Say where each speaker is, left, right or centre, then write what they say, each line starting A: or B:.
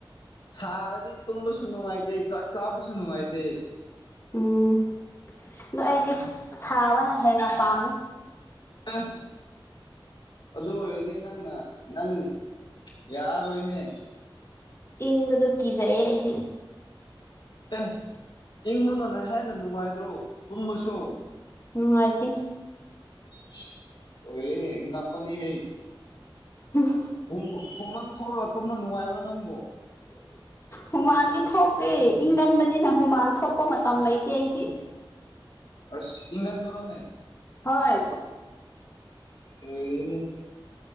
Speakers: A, on the left; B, on the left.
A: ꯁꯥꯔꯗꯤ ꯇꯨꯝꯕꯁꯨ ꯅꯨꯡꯉꯥꯏꯇꯦ ꯆꯥꯛ ꯆꯥꯕꯁꯨ ꯅꯨꯡꯉꯥꯏꯇꯦ
B: ꯎꯝ ꯑꯗꯣ ꯑꯩꯗꯤ ꯁꯥꯕꯅ ꯍꯦꯟꯅ ꯄꯥꯝꯃꯦ
A: ꯑꯦ ꯑꯗꯨ ꯑꯣꯏꯔꯗꯤ ꯅꯪꯅ ꯅꯪ ꯌꯥꯔꯣꯏꯍꯦ
B: ꯏꯪꯕꯗꯣ ꯀꯤꯖꯩꯌꯦ ꯑꯩꯗꯤ
A: ꯑꯦ ꯏꯪꯕꯅꯅꯦ ꯍꯦꯟꯅ ꯅꯨꯡꯉꯥꯏꯗ꯭ꯔꯣ ꯇꯨꯝꯃꯁꯨ
B: ꯎꯝ ꯅꯨꯡꯉꯥꯏꯇꯦ
A: ꯏꯁ ꯑꯣꯏꯔꯦ ꯍꯦ ꯅꯛꯄꯅꯤ ꯍꯦ
B: ꯎꯝ
A: ꯍꯨ ꯍꯨꯃꯥꯡ ꯊꯣꯛꯂ ꯇꯨꯝꯕ ꯅꯨꯡꯉꯥꯏꯕꯔꯣ ꯅꯪꯕꯣ
B: ꯍꯨꯃꯥꯡꯗꯤ ꯊꯣꯛꯇꯦ ꯏꯪꯒꯟꯕꯅꯤꯅ ꯍꯨꯃꯥꯡ ꯊꯣꯛꯄ ꯃꯇꯝ ꯂꯩꯇꯦ ꯑꯩꯗꯤ
A: ꯑꯁ ꯏꯒꯟ ꯕꯔꯣꯅꯦ
B: ꯍꯣꯏ
A: ꯂꯣꯏꯅꯤ